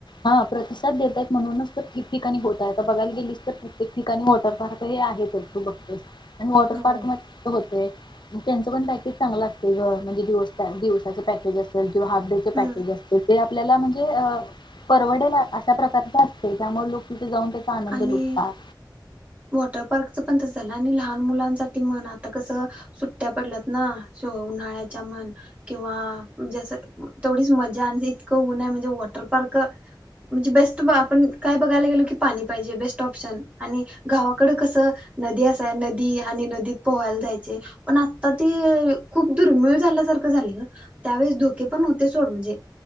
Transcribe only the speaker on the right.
हो
हम्म
आणि
वॉटर पार्कच पण तस झालं आणि लहान मुलांसाठी म्हण आता कसं सुट्ट्या पडल्यात ना सो उन्हाळ्याच्या म्हण किंवा म्हजे असं तेवढीच मजा आणि इतकं ऊन आहे म्हणजे वॉटर पार्क म्हणजे बेस्ट आपण काय बघायला गेलो की पाणी पाहिजे बेस्ट ऑप्शन आणि गावाकड कसं नदी असाय नदी आणि नदीत पोहायला जायचे पण आता ते खूप दुर्मिळ झाल्यासारखं झालय ग त्यावेळेस धोके पण होते. सोड म्हणजे